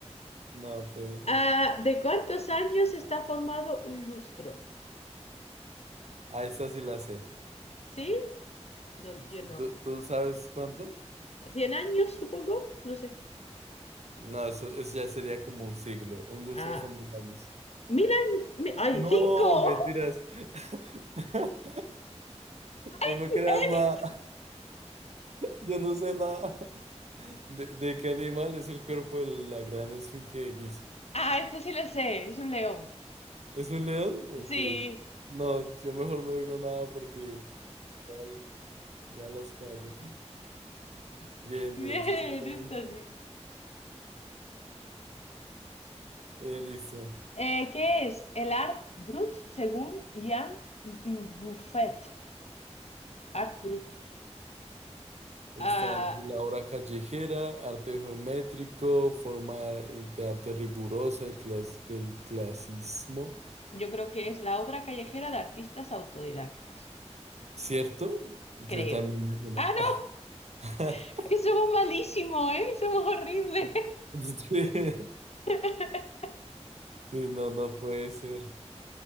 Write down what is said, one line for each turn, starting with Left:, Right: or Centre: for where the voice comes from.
Right: no puede ser.
Left: Ah, ¿de cuántos años está formado un lustro?
Right: a esta
Left: Eh,
Right: sí la sé.
Left: ¿sí? No, yo
Right: Sí,
Left: no.
Right: ¿tú, tú sabes cuánto?
Left: ¿Cien años, supongo? No sé.
Right: No, eso, eso ya sería como un siglo. Un lustro
Left: Ah,
Right: son mil años.
Left: mil años. mi- ¡Ay,
Right: No,
Left: cinco!
Right: mentiras. <laughs> No
Left: <laughs>
Right: me creas nada. <laughs> Yo no sé nada. ¿De, de qué animal es el cuerpo de la gran esfinge de Giza?
Left: Ah, este sí lo sé, es un león.
Right: ¿Es un león? Ok.
Left: Sí,
Right: No, yo mejor no digo nada porque ya, ya las cago. <laughs> Bien,
Left: bien,
Right: bien, sí, son león.
Left: esto sí.
Right: Eh, listo.
Left: Eh, ¿qué es el art brut según Jean Dubuffet? Art brut.
Right: Está
Left: Ah,
Right: entre la obra callejera, arte geométrico, forma eh, de arte rigurosa, el clas- del clasismo.
Left: Yo creo que es la obra callejera de artistas autodidactas.
Right: ¿Cierto? Yo
Left: Creo.
Right: también mencionaba.
Left: ¡Ah, no! <laughs>
Right: <laughs>
Left: Que somos malísimos, ¿eh? Somos horribles.
Right: Sí.
Left: <laughs>
Right: Sí, no, no puede ser.